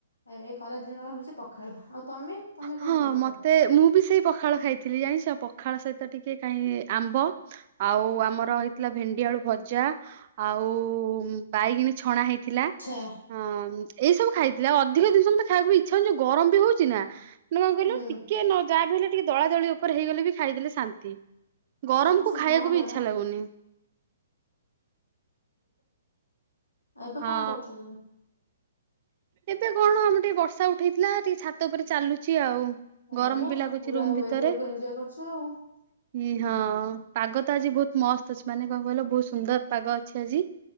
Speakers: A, on the left; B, on the right.
A: ଏ ଏଇ ଖରାଦିନ ହଉଛି ପଖାଳ ଆଉ ତମେ ତମେ କଣ
B: ହଁ
A: ଖାଇଥିଲ?
B: ମତେ ମୁଁ ବି ସେଇ ପଖାଳ ଖାଇଥିଲି ଜାଣିଛ ପଖାଳ ସହିତ ଟିକେ କାଇଁ ଆମ୍ବ ଆଉ ଆମର ହେଇଥିଲା ଭେଣ୍ଡି ଆଳୁ ଭଜା ଆଉ ବାଇଗିଣ ଛଣା ହେଇ ଥିଲା
A: ଆଛା
B: ଅ ଏଇ ସବୁ ଖାଇଥିଲା ଆଉ ଅଧିକ ଜିନିଷ ମତେ ଖାଇବାକୁ ଇଚ୍ଛା ହଉନି ଯଉ ଗରମ ବି ହଉଛି ନା। ମାନେ କଣ କହିଲୁ
A: ହୁଁ
B: ଟିକେ ନ ଯାହା ବି ହେଲେ ଟିକେ ଦଳା ଦଳି ଉପରେ ହେଇଗଲେ ବି ଖାଇଦେଲେ ଶାନ୍ତି। ଗରମ
A: ହଁ
B: କୁ
A: ସ
B: ଖାଇବାକୁ
A: ହଁ
B: ବି
A: ପରା
B: ଇଚ୍ଛା ଲାଗୁନି।
A: ଆଉ ଏବେ
B: ହଁ
A: କଣ କରୁଛ ତମେ
B: ଏବେ କଣ ଆମର ଟିକେ ବର୍ଷା ଉଠେଇଥିଲା ଟିକେ ଛାତ ଉପରେ ଚାଲୁଚି ଆଉ
A: ଆରେ
B: ଗରମ
A: ବା
B: ବି ଲାଗୁଚି
A: ପୁରା
B: ରୁମ ଭିତରେ
A: ୱେଦର କୁ ଏଞ୍ଜୟ କରୁଛ ଆଉ
B: ହି ହଁ ପାଗ ତ ଆଜି ବହୁତ ମସ୍ତ ଅଛି ମାନେ କଣ କହିଲ ବହୁତ ସୁନ୍ଦର ପାଗ ଅଛି ଆଜି